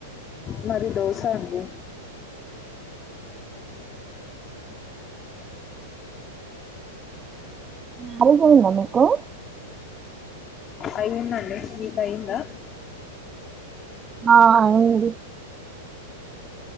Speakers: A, on the left (about 25°); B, on the right (about 20°).
A: మాది దోసా అండి.
B: నాలుగ పోయిందా మీకు?
A: అయింది అండి మిది అయిందా
B: ఆ అయింది